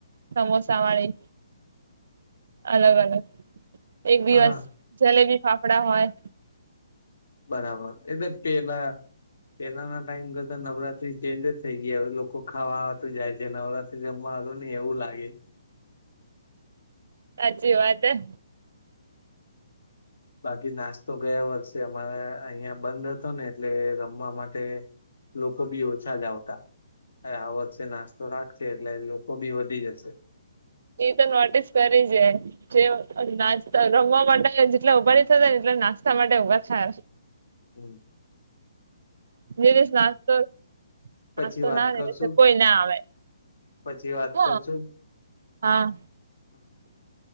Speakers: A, on the right; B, on the left.
A: સમોસા વાળી અલગ અલગ. એક દિવસ
B: હા
A: જલેબી ફાફડા હોય.
B: બરાબર એટલે પેલા. પેલાના ટાઈમ કરતા નવરાત્રી ચંજીજ થઈ ગયા હવે લોકો ખાવાવા તો જાય છે નવરાત્રી રમવા. <unintelligible> એવું લાગે.
A: સાચી વાત હૈ.
B: બાકી નાસ્તો ગયા વર્ષે અમારા અહિયા બંધ હતો ને એટલે રમવા માટે લોકો બી ઓછાજ આવતા. આ વર્ષે નાસ્તો રાખશે એટલે લોકો બી વધી જશે.
A: એ તો નોટિસ કરી જે જે નાચતા રમવા માટે જેટલા ઉબાડી થતા ને. નાસ્તા માટે ઉભા થાર.
B: હમ.
A: <unintelligible> નાસ્તો.
B: પછી
A: નાસ્તો
B: વાત
A: ના <unintelligible>
B: કરશું
A: કોઈ ના આવે
B: પછી વાત
A: હ.
B: કરશું
A: હા.
B: <inaudible>